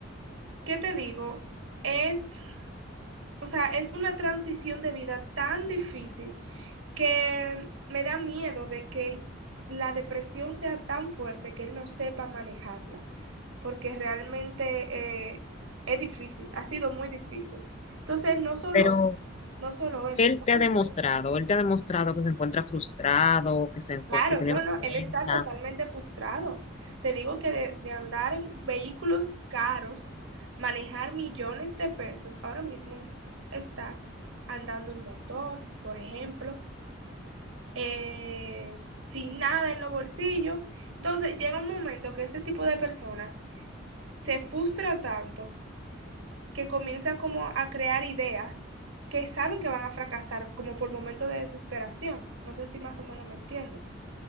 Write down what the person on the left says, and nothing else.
Pero,
¿qué
él te
ha demostrado?
Él te ha demostrado que se encuentra frustrado, que, se encue-
que tiene
vergüenza